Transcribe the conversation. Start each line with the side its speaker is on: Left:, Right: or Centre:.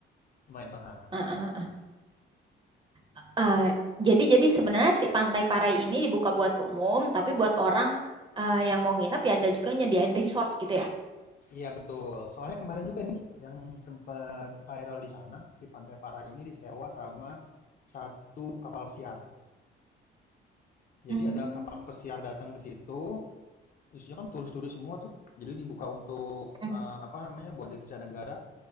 Left: lumayan mahal.
Right: heeh. Eh, jadi jadi sebenarnya si Pantai Parai ini dibuka buat umum, tapi buat orang eh, yang mau nginep ya ada juga nyediain resort gitu ya.
Left: Iya betul. Soalnya kemarin juga nih yang sempat viral di sana, si Pantai para ini disewa sama satu kapal pesiar.
Right: Hmm.
Left: Jadi ada kapal pesiar datang ke situ, isinya kan turis-turis semua tuh. Jadi dibuka untuk
Right: Hmm.
Left: eh, apa namanya buat devisa negara.